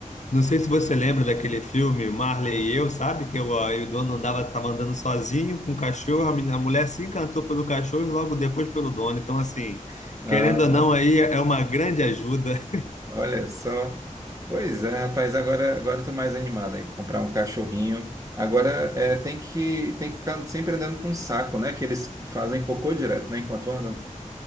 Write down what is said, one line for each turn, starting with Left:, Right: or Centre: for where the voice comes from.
Left: Não sei se você lembra daquele filme Marley e Eu, sabe? Que o, aí o dono andava, tava andando sozinho com o cachorro, a mul- a mulher se encantou pelo cachorro e logo depois pelo dono. Então, assim,
Right: Ah,
Left: querendo ou não, aí é é uma grande ajuda. <laughs>
Right: olha só. Pois é, rapaz, agora, agora eu tô mais animado em comprar um cachorrinho. Agora é, tem que, tem que ficar sempre andando com um saco, né? Que eles fazem cocô direto, né? Enquanto andam.